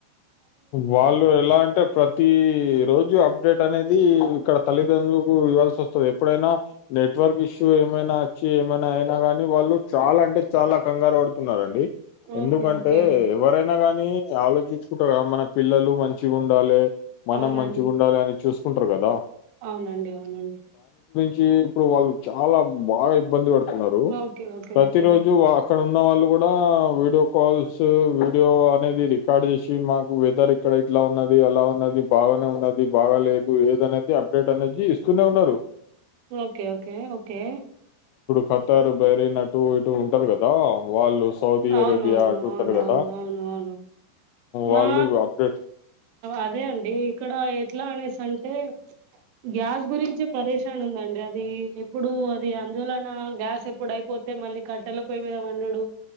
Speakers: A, on the left; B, on the right.
A: వాళ్ళు ఎలా అంటే ప్రతి రోజు అప్డేట్ టనేది ఇక్కడ తల్లిదండ్రులకు ఇవ్వాల్సి వస్తది, ఎప్పుడైనా నెట్వర్క్ ఇష్యూ ఏమైనా అచ్చి ఏమైనా అయినా గాని వాళ్ళు చాలా అంటే చాలా కంగారు పడుతున్నరండి ఎందుకంటే
B: ఓకే ఓకే
A: ఎవరైనా గాని ఆలోచించు కుంటరు గదా మన పిల్లలు మంచిగుండాలే, మనం
B: అవునండి
A: మంచిగుండాలె అని చూసుకుంటారు గదా
B: అవునండి అవునండి.
A: చీ ఇప్పుడు వాళ్ళు చాలా బాగా ఇబ్బంది బడుతున్నరు
B: ఓకే ఓకే
A: ప్రతిరోజు
B: ఓకే
A: వా అక్కడున్న వాళ్ళు గూడా వీడియో కాల్స్, వీడియో అనేది రికార్డ్ చేసి టి మాకు వెదర్ ఇక్కడ ఇట్లా ఉన్నది, అలా ఉన్నది, బాగానే ఉన్నది, బాగాలేదు ఏదనేది అప్ డేట్ అనేది ఇస్తూనే ఉన్నరు.
B: Okay okay okay
A: Qatar, Bahrain అటూ ఇటూ ఉంటరు గదా వాళ్ళు సౌదీ
B: అవును
A: అరేబియా
B: అవును
A: అటు
B: అవును
A: ఉంటారు కదా
B: అవును అవును అవును. మా
A: వాళ్ళు ఇవి అప్డేట్
B: అదే అండి ఇక్కడ ఎట్లానేసి అంటే గ్యాస్ గురించే పరేషాన్ ఉందండి అదీ ఎప్పుడు అది అందోళన గ్యాస్ ఎప్పుడయిపోతే మళ్ళీ కట్టేల పోయి మీద వండుడు